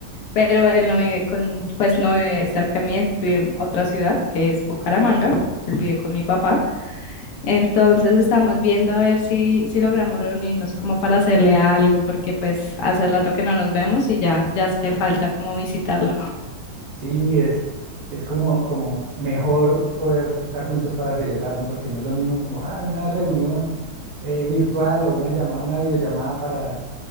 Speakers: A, on the left; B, on the right.
A: pero él no vive con, pues no vive cerca de mí, él vive en otra ciudad que es Bucaramanga, él vive con mi papá, entonces estamos viendo a ver si, si logramos reunirnos como para hacerle algo, porque pues hace rato que no nos vemos y ya, ya hace falta como visitarlo.
B: Sí, es, es como, como mejor poder estar juntos para celebrar, ¿no? Porque no es lo mismo como, ah, una reunión eh, virtual o una llamada, una videollamada para,